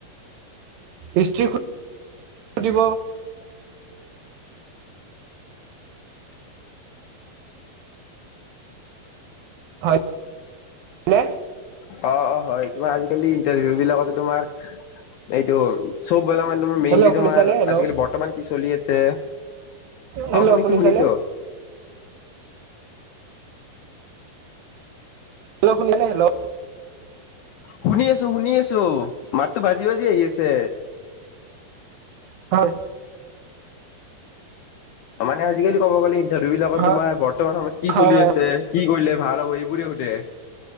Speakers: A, on the right; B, on the left.
A: হিষ্ট্ৰী দিব। হয়নে।
B: অহ', - অহ ', হয় তোমাৰ আজিকালি ইন্টাৰভিউ বিলাকতে তোমাৰ এইটো চব মেইনলি
A: হেল্ল' শুনিছানে
B: তোমাৰ
A: হেল্ল'
B: আজিকালি বৰ্তমান কি চলি আছে
A: হেল্ল'
B: অহ', শুনিছো
A: শুনিছানে
B: - শুনিছো।
A: হেল্ল', শুন নে হেল্ল',
B: শুনি আছো -শুনি আছো। মাতটো বাজি- বাজি আহি আছে।
A: হয়।
B: মানে আজিকালি ক'ব গ'লে দু বিলাকত
A: হয়,
B: তোমাৰ বৰ্তমান সময়ত কি
A: হয়, হয়,
B: চলি আছে কি কৰিলে ভাল হ'ব এইবোৰে সুধে